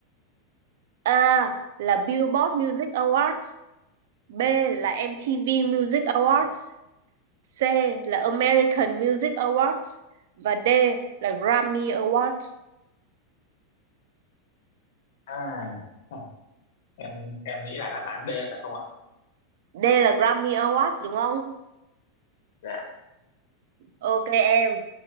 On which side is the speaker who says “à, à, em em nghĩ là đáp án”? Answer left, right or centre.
Left